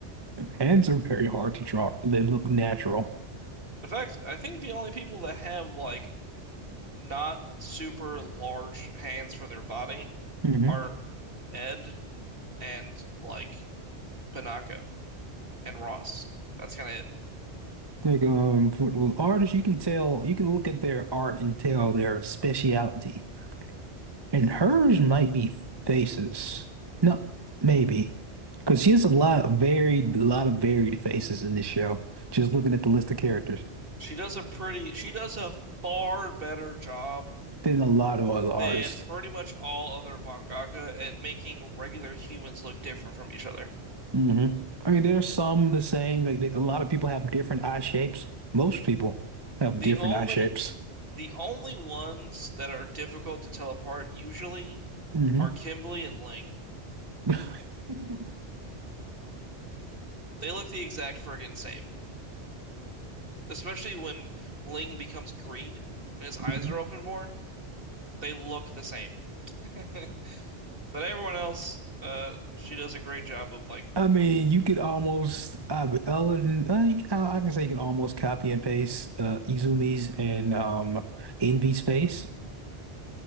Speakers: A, on the right; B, on the right.
A: hands are very hard to draw. They look natural.
B: In fact, I think the only people that have like not super large hands for their body
A: hmm
B: are Ed and like Panako. and Ross. That's kind of it.
A: Like um, for for artists, you can tell, you can look at their art and tell their speciality. And hers might be faces. No, maybe. Because she has a lot of varied, a lot of varied faces in this show. Just looking at the list of characters,
B: She does a pretty, she does a far better job
A: then a lot of other artists.
B: than pretty much all other mangaka at making regular humans look different from each other.
A: hmm I mean, there's some the same. Like they, a lot of people have different eye shapes. Most people have
B: The
A: different
B: only
A: eye shapes.
B: the only ones that are difficult to tell apart usually
A: hmm
B: are Kimberly and Ling.
A: hmm
B: They look the exact friggin' same. Especially when Ling becomes greed and his eyes
A: <laughs>
B: are open more, they look the same. <laughs> But everyone else, uh, she does a great job of like,
A: I mean, you could almost, uh, but other than, uh, you- I, I can say you can almost copy and paste uh, Izumi's and um, Envy's face.